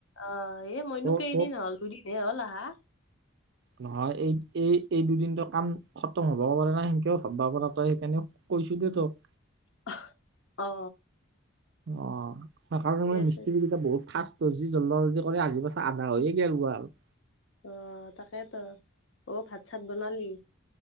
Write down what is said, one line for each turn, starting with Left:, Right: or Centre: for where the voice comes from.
Left: অহ', এই মইনো
Right: ত
Left: কেইদিন
Right: ত
Left: হ'ল, দুদিন এ', হ'ল আহা',
Right: নহয় এই এই এই দুদিনটো কাম খতম হ'বও পাৰা নাই সেনকেও ভাববা পাৰা তই সেইকাৰণেও কৈছোঁ দে তোক
Left: অহ, অ
Right: অ সেইকাৰণে
Left: ঠিকে
Right: মই
Left: আছে
Right: মিস্ত্ৰী
Left: দে
Right: কেইটাক বহুত ফাষ্ট তজি জললি কৰে আজি পাছ আধা হৈয়ে গ'ল গ আৰু
Left: অ তাকেটো অঔ ভাত চাত বনালি?